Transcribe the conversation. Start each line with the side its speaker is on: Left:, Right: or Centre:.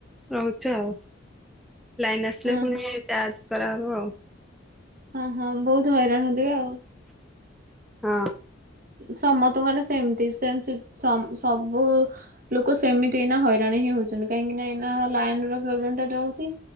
Centre: ରହୁଛୁ ଆଉ। ଲାଇନ ଆସିଲ
Right: ହଁ
Centre: ପୁଣି
Right: ହଁ
Centre: ଚାର୍ଜ କରାହେବ ଆଉ।
Right: ହଁ ହଁ ବହୁତ ହଇରାଣ ହଉଥିବେ ଆଉ।
Centre: ହଁ।
Right: ସମସ୍ତେ ଖାଲି ସେମିତି। ସେମ୍ ତି ସମ୍ ସବୁ ଲୋକ ସେମିତି ଏଇନା ହଇରାଣ ହିଁ ହଉଛନ୍ତି କାହିଁକି ନା ଏଇନା ଲାଇନ ପ୍ରବ୍ଲେମ ଟା ରହୁଛି।